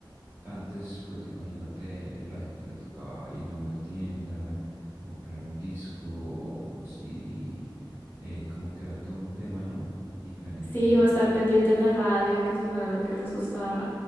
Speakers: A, on the right (about 30°); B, on the left (about 25°).
A: antes, pues imagínate, la gente le tocaba ir a una tienda, comprar un disco o un CD, eh, como que era todo un tema, ¿no? Diferente,
B: Sí, o estar pendiente en la radio de que sonara lo que les gustaba.